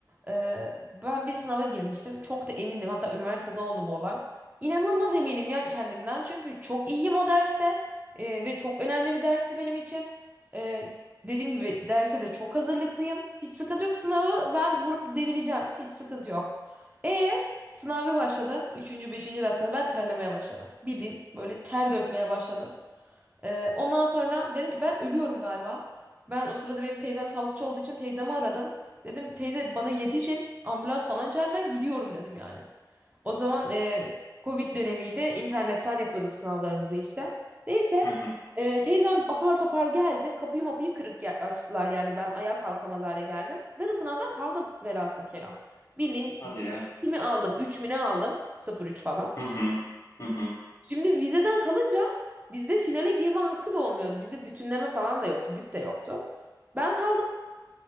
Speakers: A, on the right; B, on the left.
A: E, ben bir sınava girmiştim. Çok da emindim. Hatta üniversitede oldu bu olay. İnanılmaz eminim ya kendimden. Çünkü çok iyiyim o derste. E, ve çok önemli bir dersti benim için. E, dediğim gibi derse de çok hazırlıklıyım. Hiç sıkıntı yok. Sınavı ben vurup devireceğim. Hiç sıkıntı yok. E sınav bir başladı. Üçüncü, beşinci dakikada ben terlemeye başladım. Bildiğin böyle ter dökmeye başladım. Ee, ondan sonra dedim ki ben ölüyorum galiba. Ben o sırada benim teyzem sağlıkçı olduğu için teyzemi aradım. Dedim teyze bana yetişin ambulans falan çağırın ben gidiyorum dedim yani. O zaman e, Covid dönemiydi internetten yapıyorduk sınavlarımızı işte. Neyse
B: Hı hı.
A: e, teyzem apar topar geldi kapıyı mapıyı kırıp gel- açtılar yani ben ayağa kalkamaz hale geldim. Ben o sınavdan kaldım velhasıl kelam. Bildiğin
B: Hadi ya.
A: kimi aldım 3 mü ne aldım sıfır üç falan.
B: Hı hı. Hı hı.
A: Şimdi vizeden kalınca bizde finale girme hakkı da olmuyordu. Bizde bütünleme falan da yoktu. Büt de yoktu. Ben kaldım.